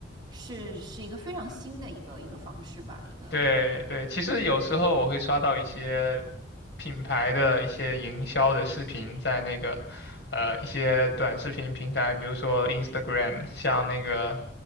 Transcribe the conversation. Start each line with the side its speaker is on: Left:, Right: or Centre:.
Right: 是是一个非常新的一个一个方式吧，一个。
Left: 对对，其实有时候我会刷到一些品牌的一些营销的视频，在那个呃一些短视频平台，比如说 Instagram，像那个